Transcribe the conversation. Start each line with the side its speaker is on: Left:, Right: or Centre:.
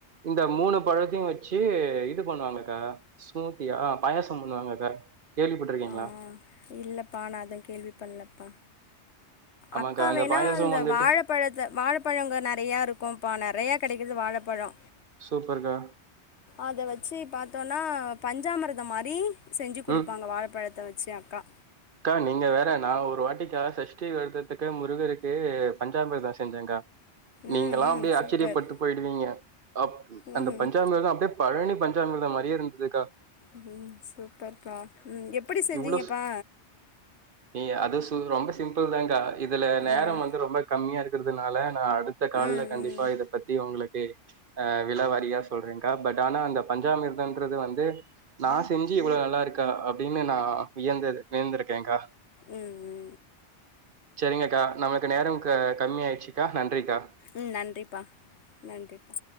Right: இந்த மூணு பழத்தையு வச்சு இது பண்ணுவாங்கக்கா ஸ்மூத்தியா ஆ பாயாசோ பண்ணுவாங்கக்கா கேள்விப்பட்டிருக்கீங்களா
Left: ஆ இல்லப்பா நா அத கேள்வி பண்லப்பா
Right: ஆமாக்கா
Left: அக்கா
Right: இந்த
Left: வேணா
Right: பாயசம்
Left: அந்த
Right: வந்துட்டு
Left: வாழ பழத்த வாழப்பழ இங்க நெறையா இருக்கும்ப்பா நெறையா கிடைக்குது வாழப்பழோ
Right: சூப்பர்க்கா
Left: அத வச்சு பாத்தோன்னா பஞ்சாமிர்தோ மாரி செஞ்சு குடுப்பாங்க
Right: ம்
Left: வாழப்பழத்த வச்சு அக்கா
Right: அக்கா நீங்க வேற நா ஒரு வாட்டிக்கா சஷ்டி விரதத்துக்கு முருகருக்கு பஞ்சாமிர்தோ செஞ்சேக்கா நீங்கல்லா
Left: ம் ம்
Right: அப்டியே ஆச்சரியப்பட்டு
Left: சூப்பர்
Right: போயிடுவீங்க அப்
Left: ம்
Right: அந்த பஞ்சாமிர்தோ அப்டியே பழனி பஞ்சாமிர்தோ மாரியே இருந்துதுக்கா
Left: ம் சூப்பர்ப்பா ம் எப்பிடி செஞ்சீங்கப்பா
Right: இவ்ளோ நீ அது சு ரொம்ப சிம்பிள்தாக்கா இதுல நேரோ
Left: ம்
Right: வந்து ரொம்ப கம்மியா இருக்கிறதுனால நா அடுத்த கால்ல
Left: ம்
Right: கண்டிப்பா
Left: ம் ம்
Right: இத பத் தி உங்களுக்கு ஆ விலாவாரியா சொல்றங்கா பட் ஆனா அந்த பஞ்சாமிர்தன்றது வந்து நா செஞ்சி இவ்ளோ நல்லா இருக்கா அப்டினு நா வியந்தது வியந்திருக்கேக்கா
Left: ம் ம்
Right: சரிங்கக்கா நமக்கு நேரம் க கம்மி ஆயிடுச்சுக்கா நன்றிக்கா
Left: ம் நன்றிப்பா நன்றிப்பா